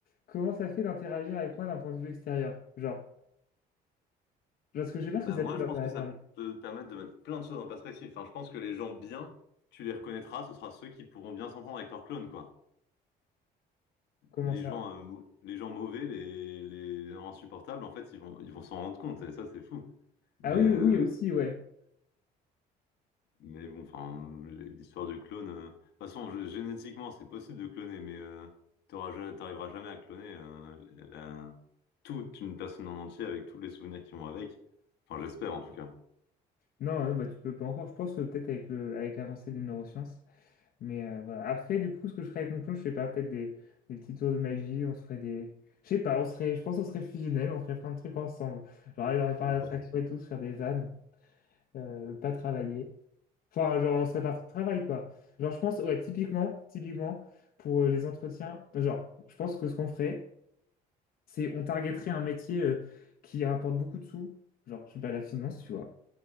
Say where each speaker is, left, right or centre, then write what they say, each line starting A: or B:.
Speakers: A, on the left (about 60°); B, on the left (about 80°).
A: comment ça fait d'interagir avec moi d'un point de vue extérieur genre genre parce que je sais pas
B: bah
A: ce que ça
B: moi,
A: fait d'interagir
B: je pense que ça
A: avec
B: peut te permettre de mettre plein de choses en perspective. Enfin, je pense que les gens bien, tu les reconnaîtras. Ce sera ceux qui pourront bien s'entendre avec leurs clones, quoi.
A: comment
B: Les
A: ça.
B: gens, euh, mau- les gens mauvais, les, les gens insupportables, en fait, ils vont, ils vont s'en rendre compte. Et ça, c'est fou. Mais,
A: Ah oui,
B: euh,
A: oui, oui, aussi, ouais.
B: Mais bon, enfin, l'histoire du clone. euh, De toute façon, gé- génétiquement, c'est possible de cloner, mais euh, t'auras ja- t'arriveras jamais à cloner euh, la- toute une personne en entier avec tous les souvenirs qui vont avec. Enfin, j'espère en tout cas.
A: Non, euh, bah, tu peux pas encore, je pense, euh, peut-être avec le, avec l'avancée des neurosciences. Mais euh, voilà. Après, du coup, ce que je ferais avec mon clone, je sais pas, peut-être des, des petits tours de magie, on se ferait des. Je sais pas, on serait, je pense qu'on serait fusionnels, on ferait plein de trucs ensemble. Genre, il aurait parlé
B: Ouais.
A: d'attraction et tout, se faire des vannes, euh, pas travailler. Enfin, genre, on serait parti de travail, quoi. Genre, je pense, ouais, typiquement, typiquement, pour euh, les entretiens, genre, je pense que ce qu'on ferait, c'est on targeterait un métier euh, qui rapporte beaucoup de sous, genre, je sais pas, la finance, tu vois.